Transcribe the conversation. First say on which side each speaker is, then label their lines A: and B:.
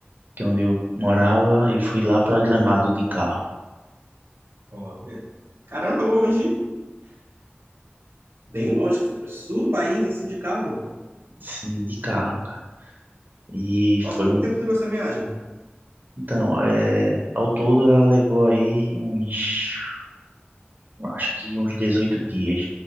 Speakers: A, on the right; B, on the right.
A: que é onde eu morava, e fui lá para Gramado de carro.
B: olha, caramba, longe, bem longe, que fui pro sul do país, assim, de carro.
A: Sim, de carro, cara. E foi.
B: Nossa, quanto
A: mu-
B: tempo durou essa viagem?
A: Então, é, ao todo ela levou aí uns. Acho que uns 18 dias.